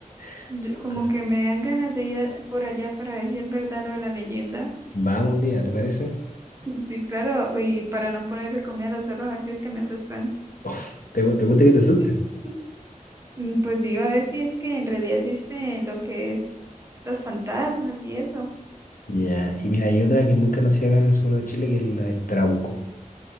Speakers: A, on the left; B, on the right.
A: <laughs>
B: Yo-
A: son
B: como
A: cosas.
B: que me dan ganas de ir a- por allá para ver si es verdad lo de la leyenda.
A: Vamos un día, ¿te parece?
B: <laughs> Sí, claro. Y para no ponerle comida a los zorros, a ver si es que me asustan.
A: Uf, ¿te, gu- te gusta
B: <laughs>
A: que te asusten?
B: Mm, Pues digo, a ver si es que en realidad existe lo que es los fantasmas y eso.
A: Ya, y mira, hay otra que es muy conocida acá en el sur de Chile, que es la del Trauco.